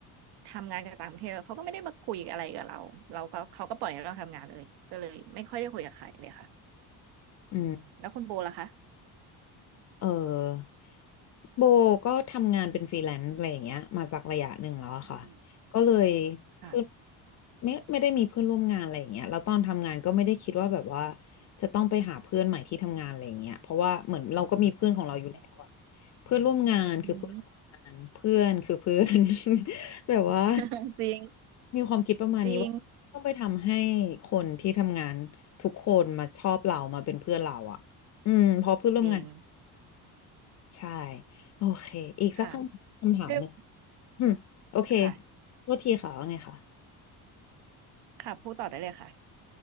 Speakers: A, on the right; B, on the left.
A: ทำงานกับต่างประเทศเขาก็ไม่ได้มาคุยอะไรกับเราเราก็เขาก็ปล่อยให้เราทำงานเลยก็เลยไม่ค่อยได้คุยกับใครเลยค่ะ
B: อืม
A: อืมแล้วคุณโบล่ะคะ
B: เออโบก็ทำงานเป็นฟรีแลนซ์อะไรอย่างเงี้ยมาสักระยะหนึ่งแล้วอะค่ะ
A: อืม
B: ก็เลยเพื่อน
A: ค่ะ
B: ไม่ไม่ได้มีเพื่อนร่วมงานอะไรอย่างเงี้ยแล้วตอนทำงานก็ไม่ได้คิดว่าแบบว่าจะต้องไปหาเพื่อนใหม่ที่ทำงานอะไรอย่างเงี้ยเพราะว่าเหมือนเราก็มีเพื่อนของเราอยู่แล้วอะ
A: อืม <laughs>
B: เพื่อนร่วมงานคือเพื่อนร่วมงานเพื่อนคือเพื่อน
A: อืม
B: <laughs> แบบว่า
A: <laughs> จริง
B: มีความคิดประมาณนี้ว่าต้องไปทำให้
A: จริง
B: คนที่ทำงานทุกคนมาชอบเรามาเป็นเพื่อนเราอะอืมเพราะเพื่อนร่วมงาน
A: จริง
B: ใช่โอเคอีกสักคำคำถามหนึ่ง
A: ค่ะด้วย
B: อืมโอเค
A: ค่ะ
B: โทษทีค่ะว่าไงค่ะ
A: ค่ะพูดต่อได้เลยค่ะ